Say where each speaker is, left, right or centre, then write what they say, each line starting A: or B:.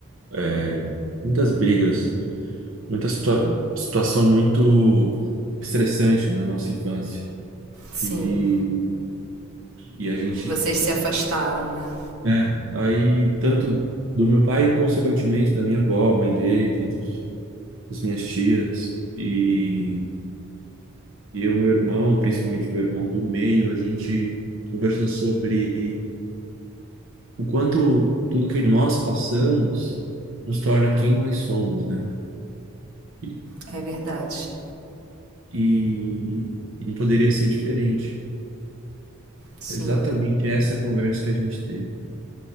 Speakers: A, on the right; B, on the right.
A: é, muitas brigas, muita situa situação muito estressante na nossa infância.
B: sim.
A: E, e a gente
B: Vocês se afastaram, né?
A: É, aí tanto do meu pai, consequentemente, da minha avó, mãe dele, dos, das minhas tias, e, e eu, meu irmão, principalmente meu irmão do meio, a gente conversou sobre o quanto tudo que nós passamos nos torna quem nós somos, né? E,
B: É verdade.
A: e, e não poderia ser diferente.
B: Sim.
A: É Exatamente essa conversa que a gente teve.